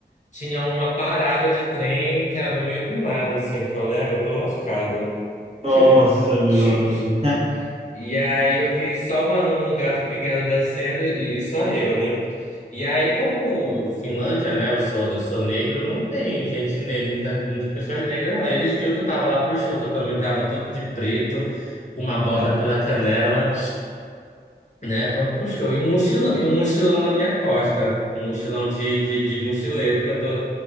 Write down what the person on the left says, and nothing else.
Tinha uma parada de trem que era no meio do nada, assim. Eu falei, agora eu tô lascado.
<laughs>
E aí eu vi só uma, um gato pingado descendo e, e só eu, né? E aí, como Finlândia, né? Eu sou, eu sou negro, não tem gente negra, muita, muitas pessoas negras lá. Eles viram que eu tava lá pro show, que eu também tava todo de preto, com uma bota
pela canela, né? Pronto pro show. E um mochilão, e um mochilão na minha costa. Um mochilão de, de, de mochileiro que eu tô,